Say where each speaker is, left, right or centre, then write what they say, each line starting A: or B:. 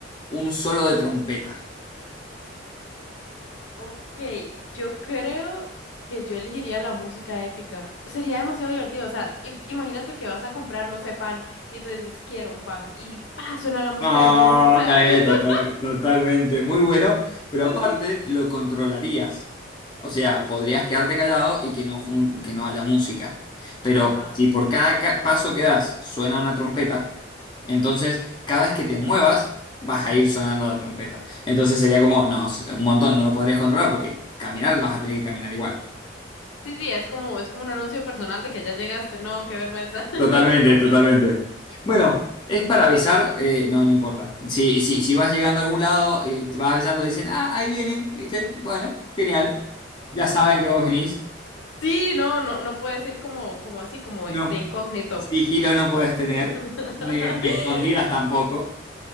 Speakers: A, on the left; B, on the left.
A: un solo de trompeta.
B: Ok, yo creo que yo elegiría la música épica. Sería demasiado divertido. O sea, i- imagínate que vas a comprar, no sé, pan y tú dices, quiero un pan y ¡pa! suena la música
A: No,
B: de fondo. O sea,
A: no, eh,
B: <laughs>
A: total- totalmente, muy bueno, pero
B: sí,
A: aparte
B: sí.
A: lo controlarías. O sea, podrías quedarte callado y que no, fun- que no haya música. Pero
B: Ajá.
A: si por cada ca- paso que das suena una trompeta, entonces cada vez que te muevas vas a ir sonando la trompeta. Entonces sería como, no, un montón, no lo podrías controlar porque caminar vas a tener que caminar igual.
B: Sí, sí, es como, es como un anuncio personal de que ya llegaste. No, qué vergüenza. <laughs>
A: Totalmente,
B: Mejor no.
A: totalmente. Bueno, es para avisar, eh, no, no importa. Si, si, si vas llegando a algún lado y te vas avisando, dicen, ah, ahí viene, ¿viste? Bueno, genial. Ya saben que vos venís.
B: Sí, no, no, no puedes ir como, como así, como
A: No,
B: de incógnito.
A: sigilo no podés tener,
B: <laughs>
A: ni, ni escondidas tampoco.